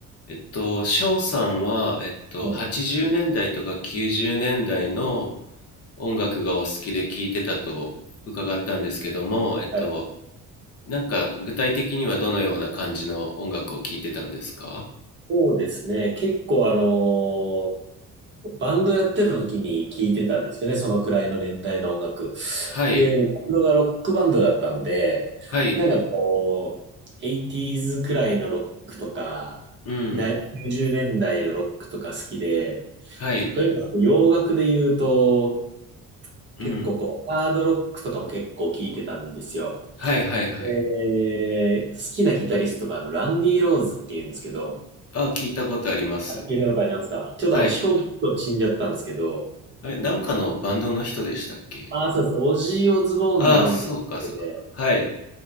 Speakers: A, on the left (about 50°); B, on the right (about 35°).
A: えっと、翔さんは、えっと、
B: はい。
A: 80年代とか90年代の音楽がお好きで聴いてたと伺ったんですけども、えっと、
B: はい。
A: なんか具体的にはどのような感じの音楽を聴いてたんですか
B: そうですね。結構あのーバンドやってた時に聞いてたんですよね。そのくらいの年代の音楽。
A: はい、
B: で、バンドがロックバンドだったんで、
A: はい、
B: なんかこう、80s くらいのロックとか、
A: うん、
B: な90年代のロックとか好きで、
A: はい、
B: 例えば洋楽で言うと、
A: うん、
B: 結構こう、ハードロックとかも結構聞いてたんですよ。
A: はい、はい、はい。
B: えー好きなギタリストがランディ・ローズっていうんですけど、
A: あ、聞いたことあります。
B: あ、聞いたことありますかちょっとあの飛行機事故で死んじゃったんですけど、
A: はい。あれ、なんかのバンドの人でしたっけ
B: あ、そうです。オジー・オズボーンのバンドにってて、
A: ああ、そうか、そうか。はい、